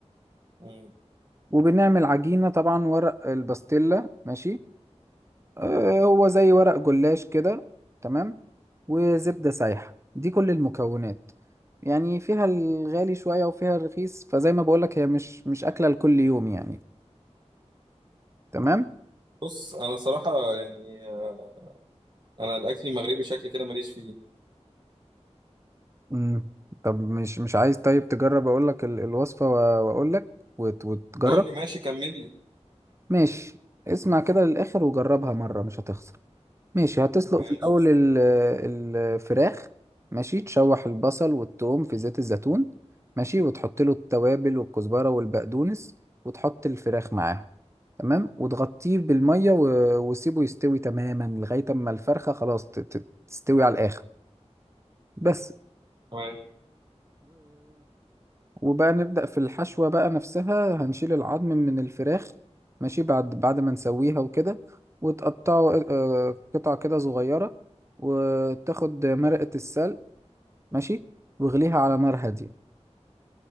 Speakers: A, on the right (about 40°); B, on the right (about 25°).
A: مم.
B: وبنعمل عجينة طبعا ورق الباستيلا ماشي آه هو زي ورق جلاش كده تمام وزبدة سايحة دي كل المكونات يعني فيها الغالي شوية وفيها الرخيص فزي ما بقولك هي مش مش أكلة لكل يوم يعني تمام
A: بص انا صراحه يعني آه، انا الاكل المغربي شكل كده ماليش فيه
B: مم. طب مش مش عايز طيب تجرب اقول لك ال- الوصفة واقول لك وت... وتجرب
A: قول لي ماشي كمل لي
B: ماشي اسمع كده للاخر وجربها مرة مش هتخسر ماشي هتسلق
A: ماشي
B: في الاول ال... الفراخ ماشي تشوح البصل والثوم في زيت الزيتون ماشي وتحط له التوابل والكزبرة والبقدونس وتحط الفراخ معاهم تمام وتغطيه بالمية و... وسيبه يستوي تماما لغاية اما الفرخة خلاص ت... ت- تستوي على الاخر بس
A: تمام
B: وبقى نبدأ في الحشوة بقى نفسها هنشيل العظم من الفراخ ماشي بعد بعد ما نسويها وكده وتقطعه آه، قطع كده صغيرة وتاخد مرقة السلق ماشي واغليها على نار هادية